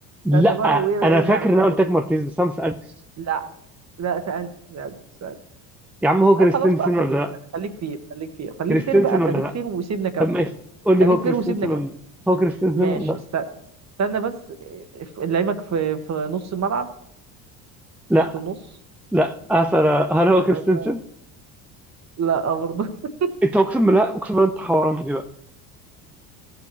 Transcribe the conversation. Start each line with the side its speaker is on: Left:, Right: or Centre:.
Centre: لا
Right: استنى بقى ويرجع
Centre: أنا فاكر
Right: لدوره
Centre: إن أنا قلت لك مارتينيز بس أنا ما سألتش
Right: لا لا سألت سألت سألت
Centre: يا عم هو كريستنسن
Right: اه خلاص بقى
Centre: ولا
Right: خليك
Centre: لا
Right: خليك فير خليك فير خليك
Centre: كريستنسن
Right: فير بقى خليك
Centre: ولا لا
Right: فير وسيبنا كمل
Centre: طب ماشي قول لي
Right: خليك
Centre: هو
Right: فير
Centre: كريستنسن
Right: وسيبنا كمل
Centre: ولا هو كريستنسن
Right: ماشي
Centre: ولا لا
Right: است- استنى بس اه، ف- لعيبك في في نص الملعب
Centre: لا
Right: خط النص
Centre: لا أسأل هل هو
Right: <laughs>
Centre: كريستنسن
Right: لا لا، برضه <laughs>
Centre: أنت أقسم بالله أقسم بالله أنت حوران دي بقى